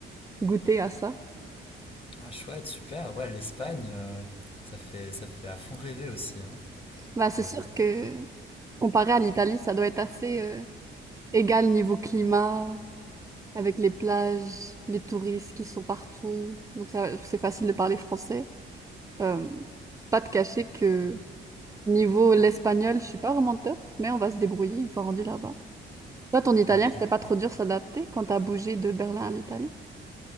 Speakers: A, on the right (about 15°); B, on the left (about 25°).
A: goûter à ça.
B: Ah, chouette, super. Ouais, l'Espagne, euh, ça fait, ça fait à fond rêver aussi, hein,
A: Bah, c'est
B: j'avoue.
A: sûr que comparé à l'Italie, ça doit être assez euh, égal niveau climat. avec les plages, les touristes qui sont partout. Donc ça, c'est facile de parler français. Euh, pas de cacher que niveau l'espagnol, je suis pas vraiment top, mais on va se débrouiller une fois rendu là-bas. Toi, ton italien,
B: Oui.
A: c'était pas trop dur s'adapter quand t'as bougé de Berlin à l'Italie?